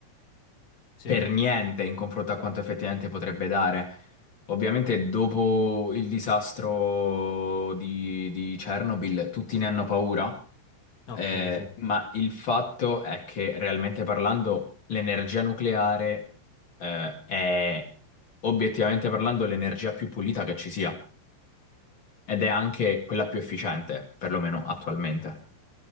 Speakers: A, on the left; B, on the left.
A: sì,
B: per niente in confronto a quanto effettivamente potrebbe dare. Ovviamente dopo il disastro di, di Chernobyl tutti ne hanno paura,
A: ok,
B: eh,
A: sì.
B: ma il fatto è che realmente parlando l'energia nucleare, eh, è obiettivamente parlando l'energia più pulita che ci sia ed è anche quella più efficiente, perlomeno attualmente.